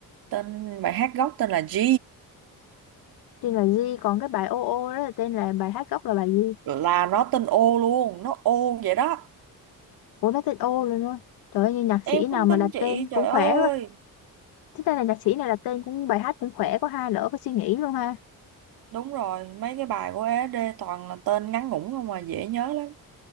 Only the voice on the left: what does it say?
tên là G còn cái bài ô ô đó là tên là bài hát gốc là bài gì
ủa nó tên ô luôn á trời ơi như nhạc
sĩ
nào mà
đặt
tên cũng
khỏe
quá thế đây là nhạc sĩ này đặt tên cũng bài hát cũng khỏe có hai nữa có suy nghĩ luôn ha